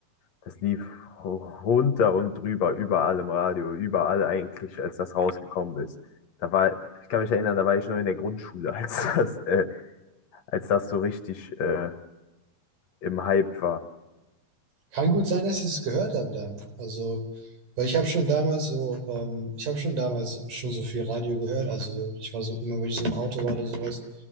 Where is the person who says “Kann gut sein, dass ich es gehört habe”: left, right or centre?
Right